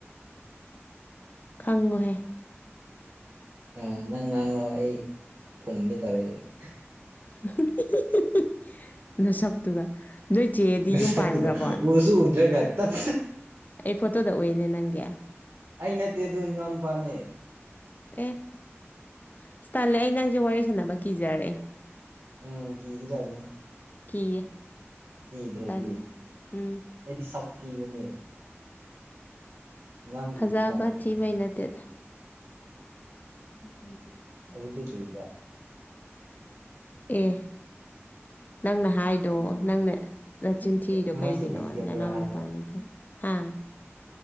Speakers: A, on the left; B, on the right.
A: ꯈꯪꯉꯣꯍꯦ
B: ꯑ ꯅꯪ ꯉꯥꯡꯉꯣ ꯑꯩ ꯐꯨꯟꯒꯦ ꯇꯧꯔꯛꯑꯦ <unintelligible>
A: <unintelligible> ꯅꯁꯛꯇꯨꯒ ꯅꯣꯏ ꯆꯦꯗꯤ
B: ꯅꯁꯛꯇꯨꯒ
A: ꯌꯨꯝ ꯄꯥꯟꯈ꯭ꯔꯕꯣ
B: ꯎꯁꯨ ꯎꯗ꯭ꯔꯒ ꯇꯠ
A: ꯑꯩ ꯐꯣꯇꯣꯗ ꯎꯌꯦꯅꯦ ꯅꯪꯒꯤ
B: ꯑꯩ ꯅꯠꯇꯦꯗꯣ ꯢꯅꯥꯎ ꯅꯨꯄꯥꯅꯦ
A: ꯎꯝ ꯑꯁ ꯇꯜꯂꯦ ꯑꯩ ꯅꯪꯁꯦ ꯋꯥꯔꯤ ꯁꯥꯟꯅꯕ ꯀꯤꯖꯔꯦ
B: ꯎꯝ ꯀꯤꯒꯗꯕꯅꯦ
A: ꯀꯤꯌꯦ
B: ꯀꯤꯗ꯭ꯔꯗꯤ
A: ꯇꯜꯂꯦ ꯎꯝ
B: ꯑꯩꯗꯤ ꯁꯛ ꯊꯤꯕꯅꯦ ꯅꯪ
A: ꯐꯖꯕ
B: ꯎꯕ ꯀꯥꯟꯗ ꯈꯪꯒꯅꯤ
A: ꯊꯤꯕꯩ ꯅꯠꯇꯦꯗ <unintelligible>
B: ꯑꯗꯨꯗꯤ ꯀꯔꯤꯔ
A: ꯑꯦ ꯅꯪꯅ ꯍꯥꯏꯗꯣ ꯅꯪꯅ ꯅꯆꯤꯟꯊꯤꯔꯤꯗꯣ
B: ꯑꯦ ꯊꯃꯣꯏ
A: ꯀꯩꯒꯤꯅꯣ
B: ꯁꯦꯡꯉꯗꯤ ꯑꯗꯨꯔ
A: ꯅꯅꯥꯎ
B: ꯍꯥꯏꯕ꯭ꯔꯣ
A: ꯅꯨꯄꯥꯅꯤ ꯈꯪ ꯍꯥ